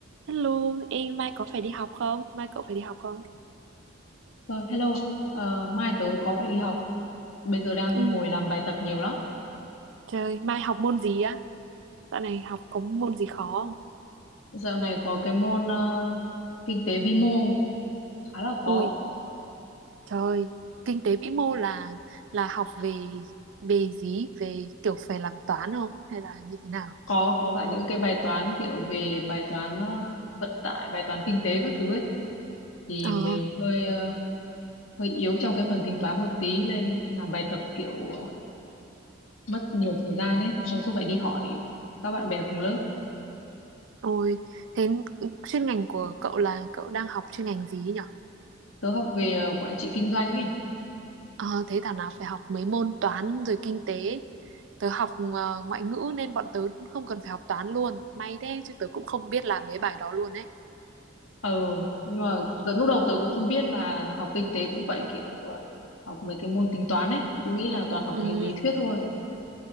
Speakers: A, on the right; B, on the left.
A: Hello, em mai có phải đi học không? Mai cậu phải đi học không?
B: Ờ, hello, Ờ, mai tớ có phải đi học. Bây giờ đang
A: Ừ.
B: ngồi làm bài tập nhiều lắm.
A: Trời, mai học môn gì á? Dạo này học có môn gì khó không?
B: Dạo này có cái môn ờ, kinh tế vi mô khá là
A: Ui,
B: khó.
A: trời, kinh tế vĩ mô là là học về về gì? Về kiểu phải làm toán không? Hay là như thế nào?
B: Có có cả những cái bài toán kiểu về bài toán ờ, vận tải, bài toán kinh tế các thứ ấy. Thì
A: Ờ,
B: mình hơi ờ, hơi yếu trong cái phần tính toán một tí nên làm bài tập kiểu ờ, mất nhiều thời gian ấy. Xong cứ phải đi hỏi các bạn bè cùng lớp.
A: ôi, thế chuyên ngành của cậu là cậu đang học chuyên ngành gì ấy nhở?
B: Tớ học về ờ, quản trị kinh doanh ấy.
A: Ờ, thế thảo nào phải học mấy môn toán rồi kinh tế. Tớ học ờ, ngoại ngữ nên bọn tớ cũng không cần phải học toán luôn. May thế chứ tớ cũng không biết làm mấy bài đó luôn ấy.
B: ừ nhưng mà tớ, lúc đầu tớ cũng không biết là học kinh tế cũng vậy kiểu ờ, học mấy cái môn tính toán ấy cứ nghĩ là toàn học
A: Ừ,
B: lý lý thuyết thôi